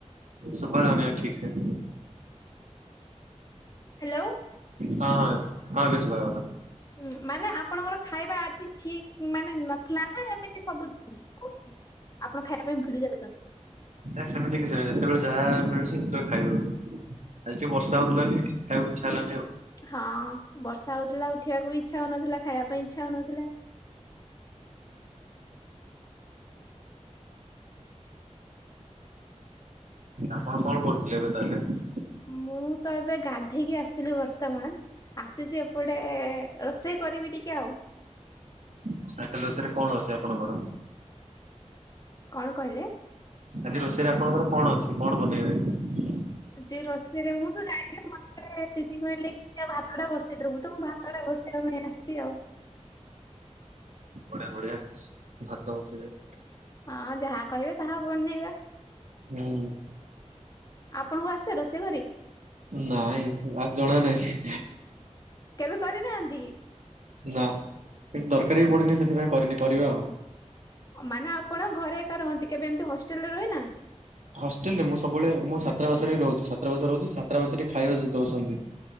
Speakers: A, on the right; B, on the left.
A: ଶୁଭା ଯାଉନି ଠିକ ସେ।
B: ହ୍ୟାଲୋ।
A: ହଁ ହଁ ହଁ ଏବେ ଶୁଭା ଗଲା।
B: ହୁଁ ମାନେ ଆପଣଙ୍କର ଖାଇବା ଆଜି ଠିକ ମାନେ ନଥିଲା ନା ଏମିତି ସବୁଦିନ? ଆପଣ ଖାଇବା ପାଇଁ ଭୁଲି ଯାଉଛନ୍ତି।
A: ନା ସେମିତି କିଛି ନାହିଁ ଯେତେବେଳେ ଯାହା ମିଳୁଛି ସେତେବେଳେ ଖାଇଦଉଛୁ। ଆଜି ଟିକେ ବର୍ଷା
B: ହଁ
A: ହଉଥିଲା ବୋଲି ଖାଇବାକୁ ଇଚ୍ଛା ହେଲାନି ଆଉ।
B: ହଁ ବର୍ଷା ହଉଥିଲା ଉଠିବାକୁ ବି ଇଚ୍ଛା ହଉନଥିଲା ଖାଇବା ପାଇଁ ଇଚ୍ଛା ହଉନଥିଲା।
A: ଆପଣ କଣ କରୁଥିଲେ ଏବେ ତାହେଲେ?
B: ମୁଁ ତ ଏବେ ଗାଧେଇକି ଆସିଲି ବର୍ତ୍ତମାନ। ଆସିଛି ଏପଟେ ରୋଷେଇ କରିବି ଟିକେ ଆଉ।
A: ଆଜି ତାହେଲେ ରୋଷେଇରେ କଣ ଅଛି ଆପଣଙ୍କର?
B: କଣ କହିଲେ?
A: ଆଜି ରୋଷେଇରେ ଆପଣଙ୍କର କଣ ଅଛି, କଣ ବନେଇବେ?
B: ଆଜି ରୋଷେଇରେ ମୁଁ ତ ଜଣିନେଇ ମତ୍ ମତେ ଦିଦି କହିଲେ କି ଯା ଭାତ ଟା ବସେଇଦବୁ ତ ମୁ ଭାତ ଟା ବସେଇବା ପାଇଁ ଆସିଛି ଆଉ।
A: ବଢିଆ ବଢିଆ ଭାତ ବସେଇେବେ।
B: ହଁ ଯାହା କହିବେ ତାହା ବନେଇବା।
A: ହୁଁ।
B: ଆପଣଙ୍କୁ ଆସେ ରୋଷେଇ କରି?
A: ନାଇଁ ଆ ଜଣା ନାହିଁ।
B: କେବେ କରିନାହାନ୍ତି କି?
A: ନା ସେଠି ଦରକାର ବି ପଡେନି ସେଥିପାଇଁ କରିନି ପରିବା ଆଉ।
B: ମାନେ ଆପଣ ଘରେ ଏକା ରହନ୍ତି କେବେ ଏମିତି ହଷ୍ଟେଲ ରେ ରହିନାହାନ୍ତି?
A: ହଷ୍ଟେଲ ରେ ମୁଁ ସବୁବେଳେ ମୁଁ ଛାତ୍ରାବାସରେ ରହୁଛି ଛାତ୍ରାବାସରେ ରହୁଛି ଛାତ୍ରାବାସରେ ହି ଖାଇବା ଦଉଛନ୍ତି।